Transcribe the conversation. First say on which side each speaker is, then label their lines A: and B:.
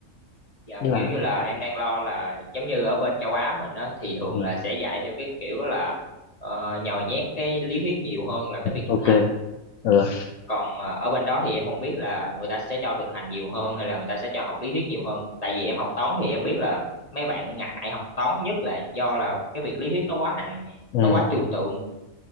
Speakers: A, on the left; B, on the left.
A: Dạ
B: tức là
A: kiểu như là em đang lo là giống như ở bên châu Á mình á thì thường
B: ừ,
A: là sẽ dạy theo cái kiểu đó là ờ, nhồi nhét cái lý thuyết nhiều hơn là cái việc
B: ok
A: thực hành.
B: ừ.
A: còn ờ, ở bên đó thì em không biết là người ta sẽ cho thực hành nhiều hơn hay là người ta sẽ cho học lý thuyết nhiều hơn tại vì em học toán thì em biết là mấy bạn ngại học toán nhất là do là cái việc lý thuyết nó quá nặng
B: Ừ.
A: nó quá trừu tượng